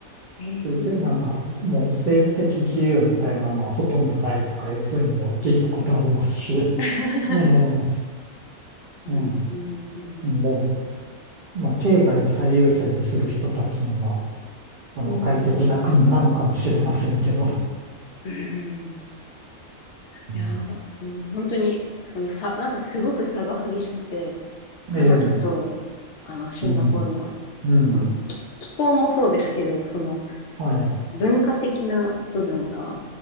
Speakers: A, on the left; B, on the right.
A: へえ。
B: そういうせなんか、もう政治的自由みたいなのはほとんどないとかいうふうにも聞いたことありますし、
A: <laughs>
B: <laughs> うん、う
A: うんうんうん。
B: ん、もう、まあ、経済を最優先にする人たちには、あの、
A: うん。
B: 快適な国なのかもしれませんけど、
A: うん。
B: うん
A: いやー、うん本当に、その差、なんかすごく差が激しくて、カナダと、
B: ええ、
A: あの、シンガポールの、
B: うん、うん、
A: まあ、気、気候もそうですけど、その、
B: はい、
A: 文化的な部分が、